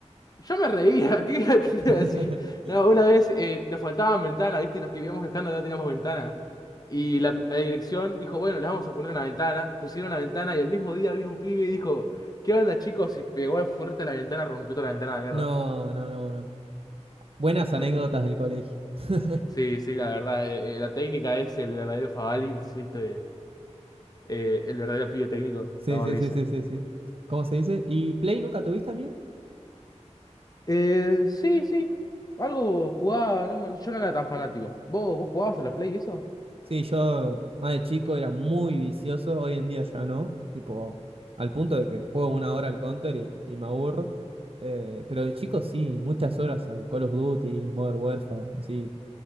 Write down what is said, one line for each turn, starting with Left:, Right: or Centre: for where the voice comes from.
Left: Y yo me reía, <laughs> ¿qué, qué
Right: <laughs>
Left: te iba a decir? No, una vez eh, nos faltaban ventanas, ¿viste? Y nos quedábamos quejando de que no teníamos ventana. Y la, la dirección dijo, bueno, les vamos a poner una ventana. Pusieron la ventana y el mismo día vino un pibe y dijo, ¿qué onda, chicos? Y pegó fuerte a la ventana, rompió toda la ventana a la mierda.
Right: No, no, no, no. Buenas anécdotas
Left: Fue-
Right: del colegio. <laughs>
Left: Sí, sí, la verdad, eh, eh, la técnica es el verdadero Favali, no sé si estoy, eh, el verdadero pibe técnico,
Right: Sí,
Left: cago
Right: sí,
Left: en risa.
Right: sí, sí, sí, sí. ¿Cómo se dice? ¿Y Play nunca tuviste, amigo?
Left: Eh, sí, sí. Algo jugaba, no, me- yo no era tan fanático. ¿Vos, vos jugabas a la Play y eso?
Right: Sí, yo más de chico era muy vicioso, hoy en día ya no, tipo, al punto de que juego una hora al Counter y, y me aburro, Eh, pero de chico sí, muchas horas al Call of Duty, Modern Warfare, así,